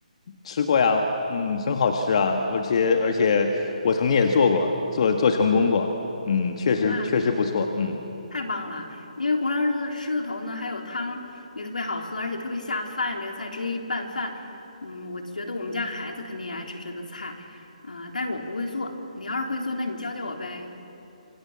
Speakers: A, on the left; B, on the left.
A: 吃过呀，嗯，很好吃啊，而且而且我曾经也做过，做做成功过，嗯，确实确实不错，
B: 哇，
A: 嗯。
B: 太棒了！因为红烧狮子狮子头呢，还有汤也特别好喝，而且特别下饭。这个菜直接一拌饭，嗯，我觉得我们家孩子肯定也爱吃这个菜，啊、但是我不会做，你要是会做，那你教教我呗。